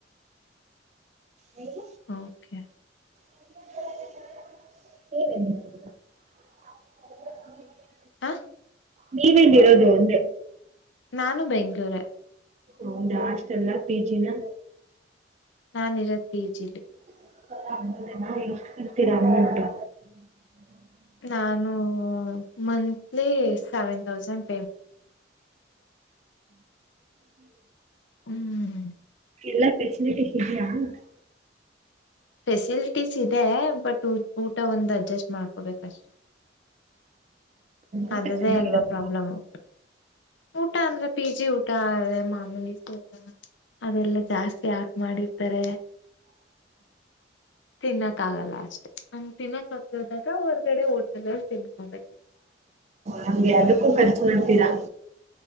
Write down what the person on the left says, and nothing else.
ಓಕೆ.
ಹಾ
ನಾನು ಬೆಂಗಳೂರೆ
ನಾನ ಇರೋದ ಪಿಜಿಲ್ಲಿ
ನಾನು ಹ್ಮ್ ಮಂತ್ಲಿ ಸೆವೆನ್ ತೌಸಂಡ್ ಹ್ಮ್
ಫೆಸಿಲ್ ಲಿಟಿಸ್ ಇದೆ ಬಟ್ ಊಟ ಒಂದ್ ಅಡ್ಜಸ್ಟ್ ಮಾಡ್ಕೋಬೇಕಷ್ಟೇ
ಅದರದ್ದೇ
ಅಲ್ವಾ ಪ್ರಾಬ್ಲಮು ಊಟ ಅಂದ್ರೆ ಪಿಜಿ ಊಟ <unintelligible> ಅದೆಲ್ಲ ಜಾಸ್ತಿ ಹಾಕ್ ಮಾಡತ್ತಾರೆ ತಿನ್ನ ಆಗಲ್ಲ ಅಷ್ಟೇ ಹಂಗ್ ತಿನ್ನಕ್ ಆಗ್ತೆ ಹೋದಾಗ ಹೊರ್ಗಡೆ ಹೋಟೆಲಲ್ಲಿ ತಿನ್ಕೊಬೇಕು.